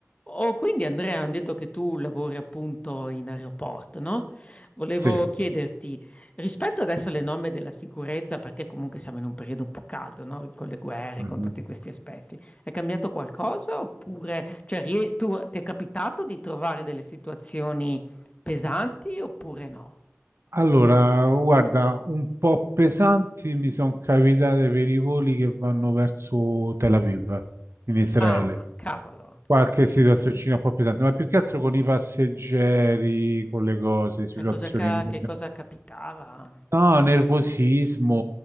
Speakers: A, on the left; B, on the right.
A: Oh, quindi Andrea, hanno detto che tu lavori appunto in aeroporto, no? Volevo
B: Sì.
A: chiederti, rispetto adesso alle norme della sicurezza, perché comunque siamo in un periodo un po' caldo, no? Con le guerre,
B: Mhm.
A: con tutti questi aspetti, è cambiato qualcosa oppure, cioè, rie- tu, ti è capitato di trovare delle situazioni pesanti oppure no?
B: Allora, guarda, un po' pesanti mi sono capitate per i voli che vanno verso Tel Aviv, in Israele.
A: Ah, cavolo,
B: Qualche situazioncina un po' pesante, ma più che altro con i passeggeri, con le cose,
A: cioè,
B: situazioni...
A: cosa ca-
B: di-
A: che cosa capitava?
B: No, nervosismo,